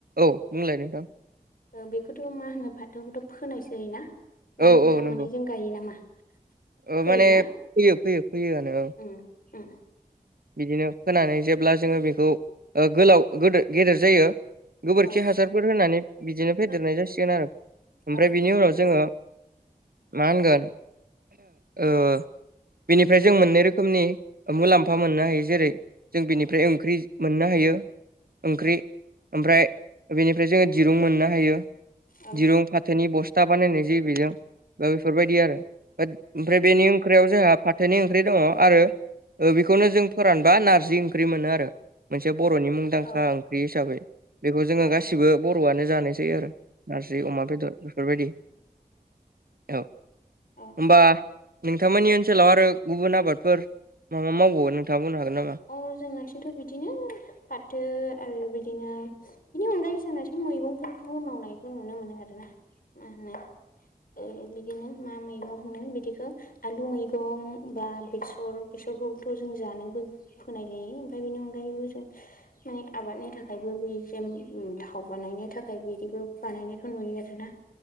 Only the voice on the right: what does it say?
औ बुंलाय नोंथां
औ
औ नंगौ
ओ
माने
फोयो फोयो फोयोआनो औ
बिदिनो फोनानै जेब्ला जोङो बेखौ ओ गोलाव गो गेदेर जायो गोबोरखि
हासारफोर होनानै बिदिनो फेदेरनाय जासिगोन आरो ओमफ्राय
बिनि उनाव जोङो मा होनगोन ओ बेनिफ्राय जों मोननै रोखोमनि मुलाम फा मोननो हायो जेरै जों
बिनिफ्राय ओंख्रि मोननो हायो ओंख्रि ओमफ्राय बेनिफ्राय जोङो दिरुं मोननो हायो
दिरुं फाथोनि बस्था बानायनाय जायो बेजों दा बेफोरबायदि आरो ओमफ्राय बेनि ओंख्रियाव जोंहा फाथोनि ओंख्रि दङ आरो बे खौनो जों फोरानबा नारजि ओंख्रि मोनो आरो मोनसे बर'नि मुंदांखा
ओंख्रि हिसाबै बेखौ जोङो
गासिबो बर'आनो जानायसै आरो नारजि अमा बेदर बेफोरबायदि औ होनबा
नोंथांमोननि ओनसोलाव आरो गुबुन आबादफोर मा मावबावो नोंथाङा बुंनो हागोन नामा